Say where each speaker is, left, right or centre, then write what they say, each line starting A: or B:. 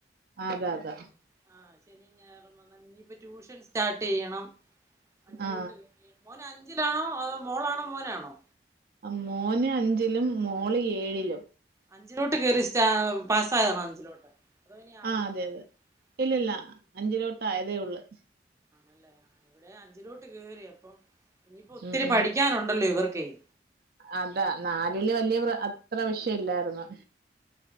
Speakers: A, on the right; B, on the right.
A: അതെ
B: അവർക്കങ്ങനെ
A: അതെ
B: ആഹ് ശനിം ഞായറും വന്നാൽ ഇനിയിപ്പോ ട്യൂഷൻ സ്റ്റാർട്ട് ചെയ്യണം അഞ്ചിലോട്ട്
A: ആ
B: ക മോന് അഞ്ചിലാണോ അതോ മോളാണോ മോനാണോ
A: ആ മോന് അഞ്ചിലും മോള് ഏഴിലും.
B: അഞ്ചിലോട്ട് കേറി സ്റ്റാ പാസായതാണോ അഞ്ചിലോട്ട് അതോ ഇനി ആറിലോട്ടാണോ
A: ആഹ് അതെ, അതെ ഇല്ലല്ല
B: ആഹ്
A: അഞ്ചിലോട്ട് ആയതേ ഒള്ളൂ
B: അല്ലേ ഇവടെ അഞ്ചിലോട്ട് കേറി അപ്പം ഇനിയിപ്പോ ഒത്തിരി
A: ഉം ഉം
B: പഠിക്കാനുണ്ടല്ലോ ഇവർക്കെയ്
A: അതാ നാലില് വല്ല്യാ അത്ര വിഷയം ഇല്ലായിരുന്നു.